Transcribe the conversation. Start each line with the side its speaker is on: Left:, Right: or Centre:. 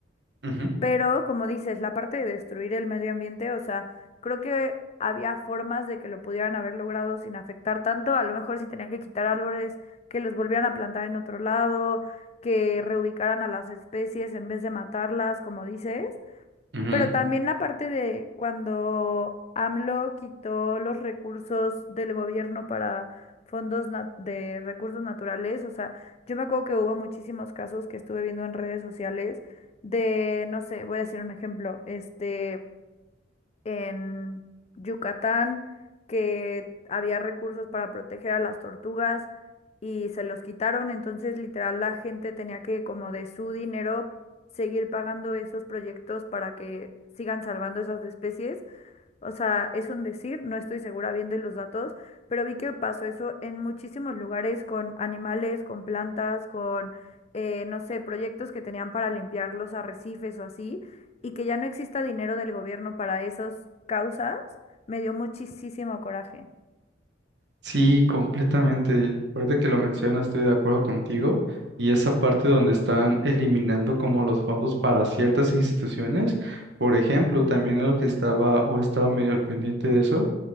Right: Ujú,
Left: pero como dices, la parte de destruir el medio ambiente, o sea, creo que había formas de que lo pudieran haber logrado sin afectar tanto, a lo mejor si tenían que quitar árboles, que los volvieran a plantar en otro lado, que reubicaran a las especies en vez de matarlas, como dices.
Right: ujú.
Left: Pero también la parte de cuando AMLO quitó los recursos del gobierno para fondos nat- de recursos naturales, o sea, yo me acuerdo que hubo muchísimos casos que estuve viendo en redes sociales de, no sé, voy a decir un ejemplo, este en Yucatán que había recursos para proteger a las tortugas y se los quitaron, entonces literal la gente tenía que como de su dinero seguir pagando esos proyectos para que sigan salvando esas especies o sea, es un decir, no estoy segura bien de los datos, pero vi que pasó eso en muchísimos lugares con animales, con plantas, con, eh, no sé, proyectos que tenían para limpiar los arrecifes o así, y que ya no exista dinero del gobierno para esas causas, me dio muchísimo coraje.
Right: Sí, completamente. Ahorita que lo mencionas, estoy de acuerdo contigo. Y esa parte donde están eliminando como los fondos para ciertas instituciones, por ejemplo, también lo que estaba o estaba medio al pendiente de eso,